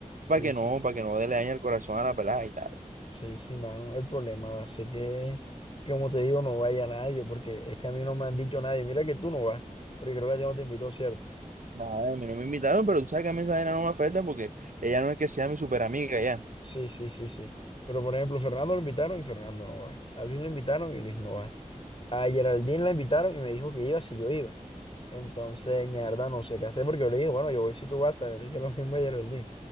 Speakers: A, on the right; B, on the left.
A: Para
B: sí,
A: que
B: sí,
A: no, para que no le dañe el corazón a la pelada y tal.
B: sí, sí, mano, el problema va a ser que, que, como te digo, no vaya nadie, porque es que a mí no me han dicho nadie, mira que tú no vas, porque creo que a ti no te invitó, ¿cierto?
A: Nada, a mí no me invitaron, pero tú sabes que a mí esa vaina no me afecta porque ella no es que sea mi super amiga ya.
B: Sí, sí, sí, sí. Pero por ejemplo, Fernando lo invitaron y Fernando no va. A Luis lo invitaron y Luis no va. A Geraldine la invitaron y me dijo que iba si yo iba. Entonces, mierda, no sé qué hacer porque yo le dije, bueno, yo voy si tú vas, también le dije lo mismo a Geraldine,